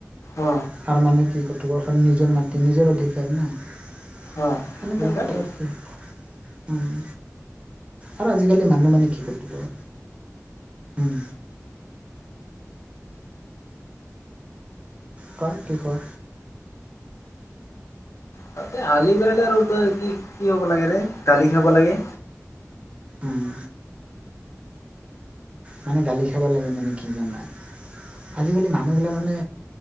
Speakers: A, on the left; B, on the right.
A: অ
B: তাৰ মানে কি? <unintelligible> নিজৰ মাটি নিজৰ অধিকাৰ না সেনেকুৱা
A: অ সেনেকাই
B: কথা আৰ কি। উম আৰু আজিকালি মানুহ মানে কি ক'তো ক উম কাৰ টি ক
A: তাতে আলি বিৰালে আৰু তই কি কি হ'ব লাগে ৰে গালি খাব লাগে।
B: উম। মানে দালি খাব লাগে মানে কি জানা আজিকালি মানুহবিলাক মানে